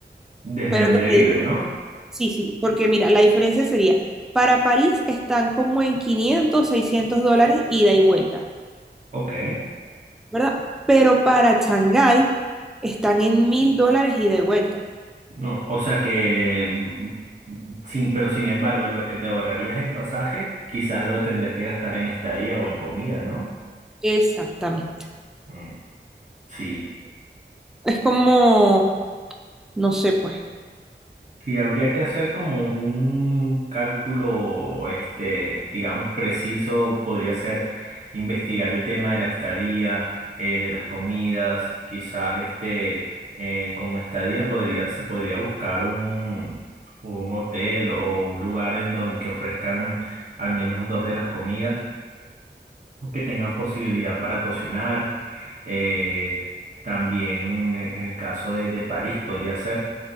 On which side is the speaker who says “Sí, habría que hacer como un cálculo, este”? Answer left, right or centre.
Right